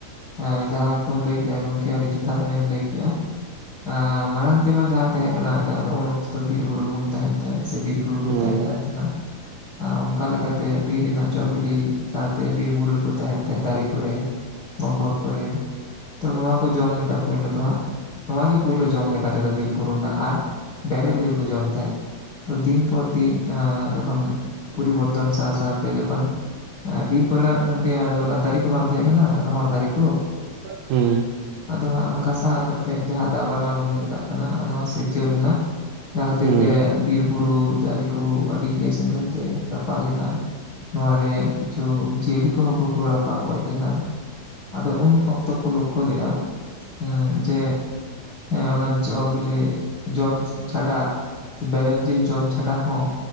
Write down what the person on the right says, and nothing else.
ᱦᱩᱸ
ᱦᱩᱸ
ᱦᱩᱸ